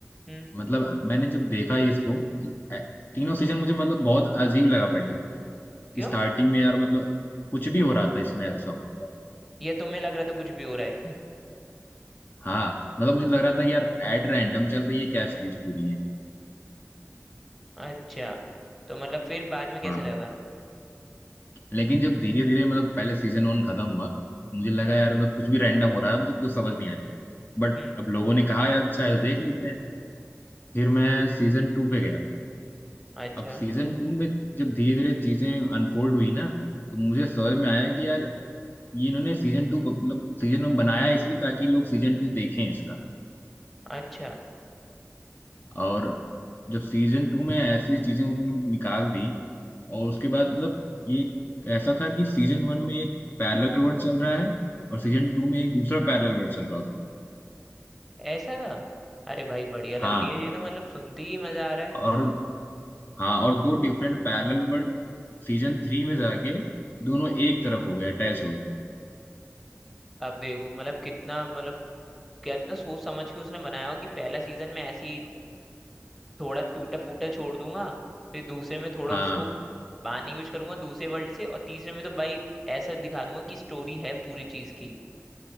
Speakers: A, in the centre; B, on the left.
A: हम्म
B: मतलब मैंने जब देखा ये इसको ती, ए- तीनों सीजन मुझे मतलब बहुत अजीब लगा पहले तो
A: क्यों
B: कि स्टार्टिंग में यार मतलब कुछ भी हो रहा था इसमें ऐसा हो रहा था
A: ये तुम्हें लग रहा था कुछ भी हो रहा है
B: हाँ मतलब मुझे लग रहा था कि यार एट रैंडम चल रही है क्या सीरीज पूरी है
A: <laughs> अच्छा तो मतलब फिर बाद में कैसे
B: हाँ।
A: लगा
B: लेकिन जब धीरे धीरे मतलब पहले सीजन वन खत्म हुआ मुझे लगा
A: हम्म
B: यार मतलब कुछ भी रैंडम हो रहा है मुझे कुछ समझ नहीं आया बट
A: हम्म
B: अब लोगों ने कहा यार अच्छा है देख लेते हैं फिर मैं सीजन टू पे गया
A: अच्छा
B: अब सीजन टू में जब धीरे धीरे चीजें अनफोल्ड हुई ना तो मुझे समझ में आया कि यार ये इन्होंने सीजन टू मतलब सीजन वन बनाया इसलिए ताकि लोग सीजन टू देखें इसका
A: अच्छा
B: और जब सीजन टू में ऐसी चीजें उन्होंने निकाल दी और उसके बाद मतलब ये ऐसा था कि सीजन वन में एक पैरेलल वर्ल्ड चल रहा है और सीजन टू में एक दूसरा पैरेलल वर्ल्ड चल रहा था
A: ऐसा था अरे भाई बढ़िया लग
B: हाँ
A: रही है ये तो मतलब सुनते ही मजा आ रहा है
B: और हाँ और दो different parallel world season three में जाके दोनों एक तरफ हो गए अटैच हो गए
A: अब देखो मतलब कितना मतलब कितना सोच समझ के उसने बनाया हो कि पहला सीजन में ऐसी थोड़ा टूटा फूटा छोड़ दूंगा फिर दूसरे में थोड़ा
B: हाँ
A: उसको बांधने की कोशिश करूंगा दूसरे वर्ल्ड से और तीसरे में तो भाई ऐसा दिखा दूंगा कि स्टोरी है पूरी चीज की